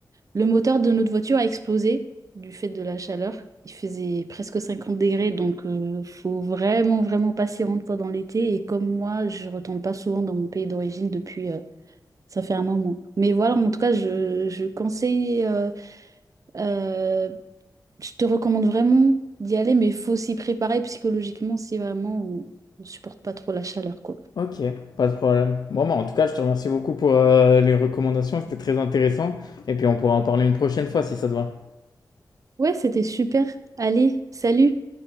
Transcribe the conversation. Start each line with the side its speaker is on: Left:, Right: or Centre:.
Right: le moteur de notre voiture a explosé du fait de la chaleur. Il faisait presque 50 degrés, donc euh, faut vraiment, vraiment passer une fois dans l'été. Et comme moi, je retourne pas souvent dans mon pays d'origine depuis, euh, ça fait un moment. Mais voilà, en tout cas, je, je conseille, euh, euh, je te recommande vraiment d'y aller, mais il faut s'y préparer psychologiquement si vraiment on, on supporte pas trop la chaleur, quoi.
Left: Ok, pas de problème. Bon, bah, en tout cas, je te remercie beaucoup pour euh, les recommandations, c'était très intéressant. Et puis on pourra en parler une prochaine fois si ça te va.
Right: Ouais, c'était super. Allez, salut!